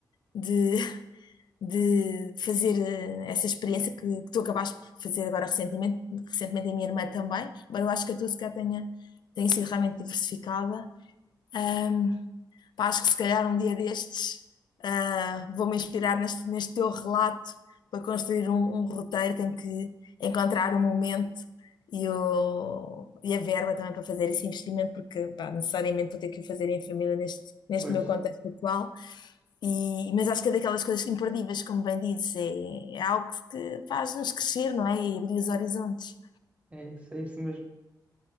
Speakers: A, on the left; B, on the right.
A: de, de fazer eh, essa experiência que, que tu acabaste por fazer agora recentemente, recentemente a minha irmã também, mas eu acho que a tua se calhar tenha, tenha sido realmente diversificada Ahm, pá, acho que se calhar um dia destes, ah, vou-me inspirar neste, neste teu relato para construir um, um roteiro. Tenho que encontrar o momento e, o, e a verba também para fazer esse investimento, porque pá, necessariamente vou ter que o fazer em família neste, neste
B: pois.
A: meu contexto atual. E, mas acho que é daquelas coisas imperdíveis, como bem dizes, é, é algo que, que faz-nos crescer, não é? E abrir os horizontes.
B: É isso, é isso mesmo.